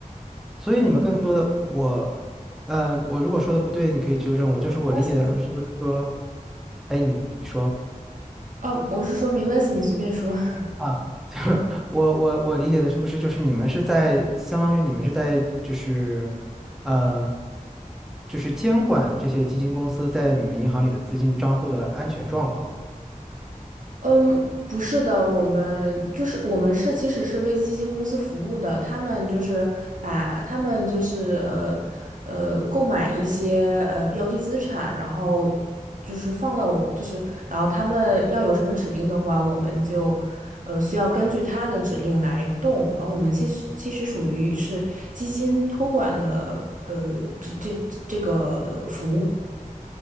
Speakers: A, in the centre; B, on the right (about 65°).
A: 所以你们更多的我，呃，我如果说的不对，你可以纠正我。就是我理解的上是不是说，
B: 关系，
A: 哎，你你说
B: 嗯，我是说没关系，你随便说。<laughs>
A: 啊，<laughs> 就是我我我理解的是不是就是你们是在相当于你们是在就是，嗯，就是监管这些基金公司在你们银行里的资金账户的安全状况。
B: 嗯，不是的，我们就是我们是其实是为基金公司服务的，他们就是把他们就是呃呃购买一些呃标的资产，然后就是放到我就是然后他们要有什么指令的话，我们就呃需要根据他的指令来动，然后我们其实其实属于是基金托管的呃这这这个服务，